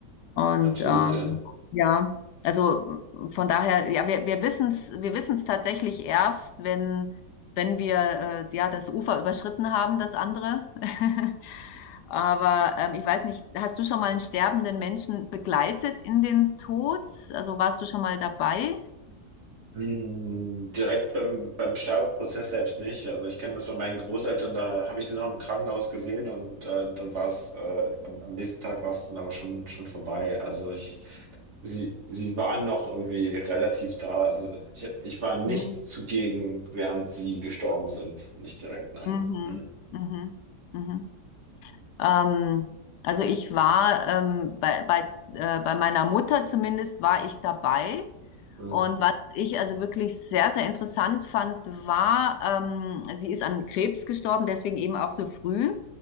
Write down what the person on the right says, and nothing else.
absolut,
ja.
Mhm, direkt beim, beim Sterbeprozess selbst nicht. Also ich kenne das bei meinen Großeltern, da habe ich sie noch im Krankenhaus gesehen und äh, dann war es, äh, am, am nächsten Tag war es dann aber schon, schon vorbei. Also ich, sie, sie waren noch irgendwie relativ da. Also ich, ich war nicht
zugegen, während sie gestorben sind. Nicht direkt, nein.
Mhm.
Mhm.